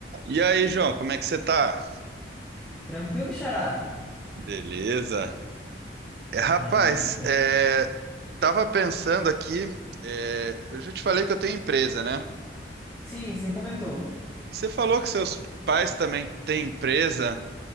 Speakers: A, on the right (about 60°); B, in the centre.
A: E aí, João, como é que você tá?
B: Tranquilo, Xará?
A: Beleza. É, rapaz,
B: Aí, que bom.
A: é, tava pensando aqui, é, eu já te falei que eu tenho empresa, né?
B: Sim, você comentou.
A: E você falou que seus pais também têm empresa.